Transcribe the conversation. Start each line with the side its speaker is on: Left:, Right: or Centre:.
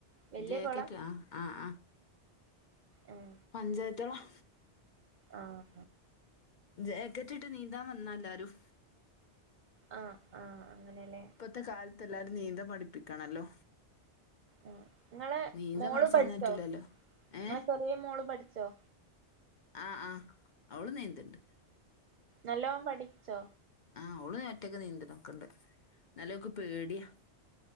Right: വല്യ
Left: ജാക്കറ്റ്
Right: കൊളാ
Left: ആഹ് ആഹ്.
Right: ഉം
Left: പഞ്ചായത്ത് കുളം.
Right: ആഹ്
Left: <unintelligible> ട്ടിട്ട് നീന്താൻ വന്നല്ലാരും
Right: ആഹ് ആഹ് അങ്ങനെല്ലേ.
Left: ഇപ്പത്തെ കാലത്ത് എല്ലാരും നീന്തൻ പഠിപ്പിക്കണല്ലോ
Right: ആഹ് നിങ്ങള്
Left: നീന്തം
Right: മോള്
Left: പഠിച്ചാഞ്ഞാ
Right: പഠിച്ചോ,
Left: പറ്റൂലല്ലോ ഏഹ്
Right: നിങ്ങടെ ചെറിയ മോള് പഠിച്ചോ?
Left: ആ ആ അവള് നീന്തിണ്ട്
Right: നല്ലോണം പഠിച്ചോ?
Left: ആഹ് അവളു നേരത്തെ നീന്തണ ഒക്കെ ഇണ്ട് നല്ലൊക്ക് പേടിയാ